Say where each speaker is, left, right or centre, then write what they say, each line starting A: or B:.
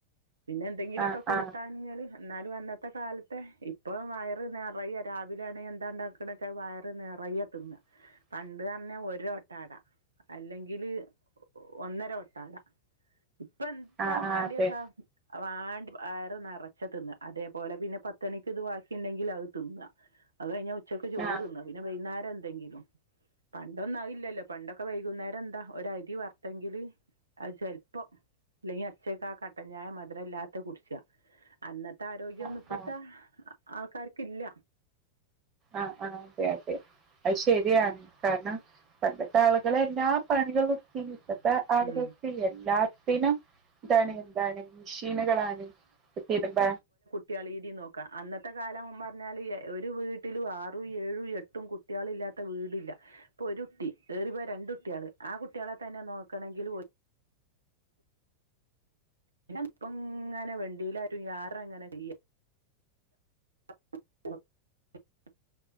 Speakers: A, on the right; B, on the right.
A: പിന്നെ എന്തെങ്കിലൊക്കെ
B: ആ
A: കൂട്ടാൻഞ്ഞല്
B: ആ
A: ന്നാലു അന്നത്ത കാലത്തെ ഇപ്പൊ വയറ് നെറയെ രാവിലാണേ എന്താണ്ടാക്ക ണ്ടാക്ക വയറ് നെറയെ തിന്ന്
B: ഉ
A: പണ്ട് പറഞ്ഞ ഒരോട്ടാടാ അല്ലെങ്കില് ഒന്നര ഒട്ടാട ഇപ്പോ എൻത്താ
B: ആ ആ
A: മാണ്ടിയാച്ചാ
B: അതെ
A: വാണ്ട വയറ് നെറച്ച തിന്ന് അതേപോലെ പിന്നെ പത്തണിക്ക് അത് ബാക്കിണ്ടെങ്കിൽ അത് തിന്നു അത് കഴിഞ്ഞ ഉച്ചക്ക് ചോറ്ന്ന
B: ആ
A: പിന്നെവൈന്നാരം എന്തെങ്കിലും പണ്ടൊന്നും അയ്ലല്ലോ പണ്ടൊക്കെ വൈകുന്നേരം എന്താ ഒ അരി വറുത്തെങ്കില് അത് ചെൽപ്പ -- ഇപ്പൊ ഇല്ലെങ്ക അച്ചൽക്കാ കട്ട ചായ മധുരം ഇല്ലാത്ത കുടിചാ അന്നത്തെ ആരോഗ്യം
B: ആ
A: ഒന്നും ഇപ്പത്തെ
B: ആ
A: ആൾക്കാർക്ക്ല്ല
B: ആഹ് ആഹ് അതെ അതെ അത് ശരിയാണ് കാരണം പണ്ടത്തെ ആളുകളെല്ലാം. പണികൾക്ക ഇപ്പത്തെ ആളുകൾക്ക്
A: ഉം
B: എല്ലാത്തിനും. ഇതാണ് എന്താണ് മെഷീനുകളാണ് തിരുമ്പ
A: കുട്ട്യാളീതിം നോക്കാം അന്നത്തെ കാലം പറഞ്ഞാല് ഒരു വീട്ടിലും ആറും ഏഴു എട്ടും കുട്ടി കുട്ടികളില്ലാത്ത വീടില്ല ഇപ്പൊ ഒരു കുട്ടി ഏറിപ്പോയാൽ രണ്ട കുട്ടികള് ആ കുട്ടികളെ തന്നെ നോക്കണങ്കിൽ പിന്ന ഇപ്പ ഇങ്ങനെ വണ്ടിയിലും യാറെ എങ്ങനെ ചെയ്യ ആ <inaudible>